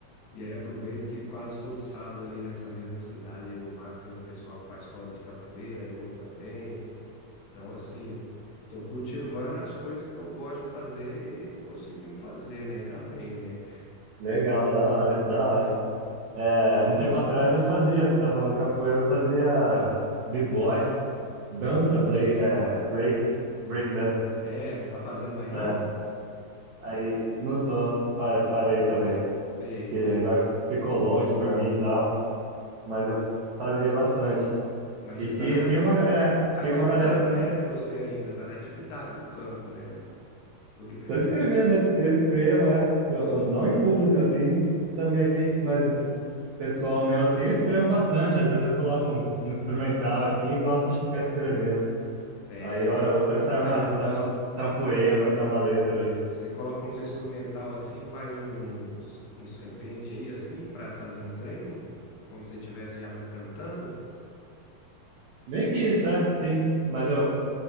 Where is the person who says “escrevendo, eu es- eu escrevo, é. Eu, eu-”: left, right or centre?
Right